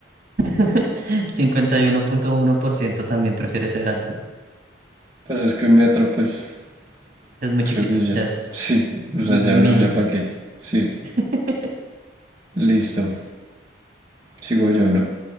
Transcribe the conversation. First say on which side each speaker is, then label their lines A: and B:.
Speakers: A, on the right (about 45°); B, on the right (about 20°).
A: <laughs> 51.1% también prefiere ser alto.
B: Pues es que un metro, pues
A: Es muy
B: creo
A: chiquito,
B: que ya.
A: ya es
B: Sí.
A: m-
B: O sea, ya
A: mini.
B: uno, ya para qué. Sí.
A: <laughs>
B: Listo. Sigo yo, ¿no?